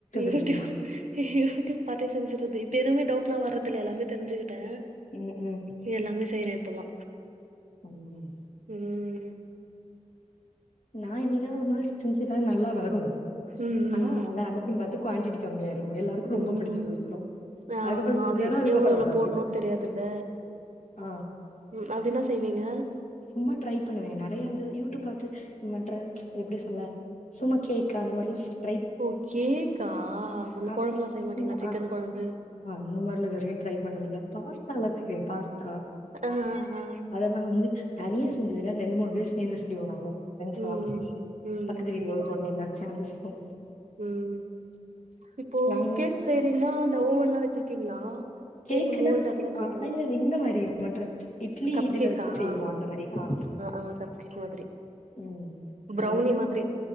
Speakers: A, on the left (about 80°); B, on the right (about 75°).
A: இருக்குல்ல
B: யூடியூப் யூடியூப் பாத்தே செஞ்சுறது இப்ப எதுமே டவுட் எல்லா வர்றதுல்ல எல்லாமே தெரிஞ்சுக்கிட்டே
A: ம் ம்
B: இ எல்லாமே செய்றே இப்போல்லா
A: அம் ஹூம்
B: ம்
A: நா என்னிகாவது ஒரு நாள் செஞ்சிதா நல்லா வரு
B: ம்
A: ஆனா அத
B: ம்
A: அன்னைக்குன்னு பாத்து குவான்ட்டி கம்மியா இருக்கு எல்லாருக்கு
B: ம்
A: ரொம்ப பிடிச்சு போயிரு.
B: ஆமா
A: அதுக்கப்புறம் செஞ்சதுன்னா,
B: அது
A: அதுக்கப்புறம்
B: எவ்ளோ எவ்ளோ
A: வராது.
B: போடணுனு தெரியாதுல்ல
A: ஆ
B: ம் அப்டி என்னா செய்வீங்க
A: சும்மா ட்ரை பண்ணுவே நெறைய வந்து யூடியூப் பாத்து மற்ற எப்டி சொல்ல சும்மா கேக் அந்த மாரிலா செய்
B: ஓ கேக்கா இந்த
A: ஆ
B: கொழம்புல்லா செய்ய மாட்டீங்களா
A: சும்மா
B: சிக்கன்
A: ஆ
B: கொழம்பு
A: அந்த மாரில இதுவரையு ட்ரை பண்ணதுல்ல பாஸ்தா எல்லா தெரியு பாஸ்தா
B: ஆ ஆ
A: அதெல்லா வந்து தனியா செஞ்சதுல்ல ரெண்டு மூணு பேர் சேந்து செய்வோ நாங்க ஃபிரெண்ட்ஸ்ல்லா
B: ம் ம்
A: பக்கத்து வீட்டு உள்ள
B: ம்
A: பொண்ணு எல்லாரு சேந்து செய்வோ
B: ம் இப்போ
A: நாங்க
B: கேக் செய்யறீங்கன்னா அந்த ஓவன்லா வச்சிருக்கீங்களா
A: கேக்குனா
B: கேக் மோல்டு அதெல்லா வச்சிருக்கீங்களா
A: ஆ இல்ல இல்ல இந்த மாரி மற்ற இட்லி
B: இந்த கப்
A: இதுல
B: கேக்கா
A: வச்சு செய்வோ அந்த மாரி தே ஆ
B: ஆ கப் கேக் மாதிரி
A: ம்
B: ப்ரௌனி
A: அத மாரிலா
B: மாதிரி
A: நா செஞ்